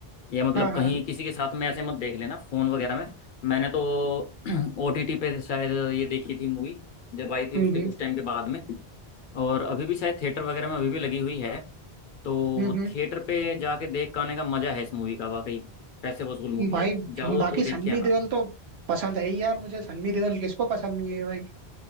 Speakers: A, on the left (about 60°); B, on the right (about 75°).
A: ये मतलब
B: हाँ हाँ
A: कहीं किसी के साथ में ऐसे मत देख लेना फोन वगैरह में मैंने तो <clears throat> ओटीटी पे शायद ये देखी थी मूवी जब आई थी
B: हम्म
A: उसके
B: हम्म
A: कुछ टाइम के बाद में और अभी भी शायद थिएटर वगैरह में अभी भी लगी हुई है तो
B: हम्म
A: थिएटर पे जाके देख के आने का मजा है इस मूवी का वाकई पैसे वसूल मूवी
B: हम्म। भाई
A: है जाओ
B: बाकी
A: तो देख
B: सन्नी
A: के आना
B: देओल तो पसंद है ही यार मुझे सन्नी देओल किसको पसंद नहीं है भाई